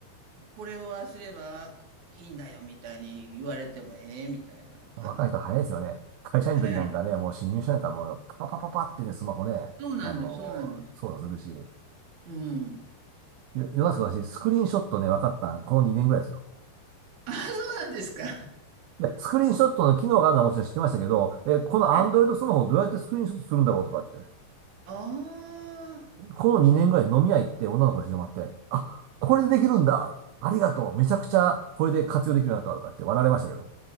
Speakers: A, on the right; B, on the right.
A: これをああすればこいいんだよ、みたいに言われても、ええみたいな、わかんなくて。
B: 若い人早いですよね。会社員の時なんかね、
A: はい。
B: もう新入社員からもうパパパパパってね、スマホね、
A: そうなんです、
B: あのー操作するし。
A: そうなんです。うん。
B: よ世の中私、スクリーンショットね、分かったんこの2年ぐらいですよ。
A: あ、そうなんですか。
B: いや、スクリーンショットの機能があるのはもちろん知ってましたけど、え、この Android
A: はい。
B: スマホをどうやってスクリーンショットするんだろうとかって。
A: あ
B: この2年ぐらい飲み屋行って女の子にしてもらって、あ、これでできるんだって、ありがとう、めちゃくちゃこれで活用できるようになったとかって笑われましたけど、